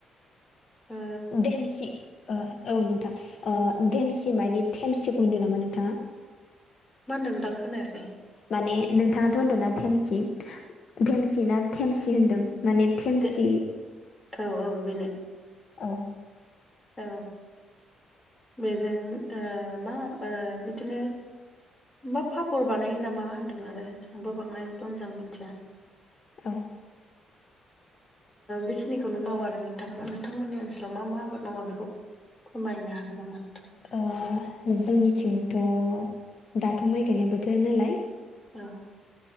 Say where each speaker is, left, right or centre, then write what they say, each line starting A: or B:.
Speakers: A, on the left; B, on the left.
A: ओ
B: देमसि औ नोंथां। ओ
A: औ
B: देमसि मानि थेमसिखौ होनदों नामा नोंथाङा?
A: मा होनदों नोंथां खोनायासै।
B: माने नोंथाङाथ' होनदोंना थेमसि धेमसि ना थेमसि होन्दों माने थेमसि
A: दे औ औ बेनो।
B: औ
A: औ बेजों मा बिदिनो मा पापर बानायो नामा होन्दोंमोन आरो आंबो बांद्राय मोजां मिथिया।
B: औ
A: बेखिनिखौनो मावो आरो नोंथां। नोंथांमोननि ओनसोलाव मा मा आबाद मावो बेखौ फोरमायनो हागोन नामा नोंथां?
B: ओ जोंनिथिंथ' दाथ' माइ गायनाय बोथोर नालाय
A: ओ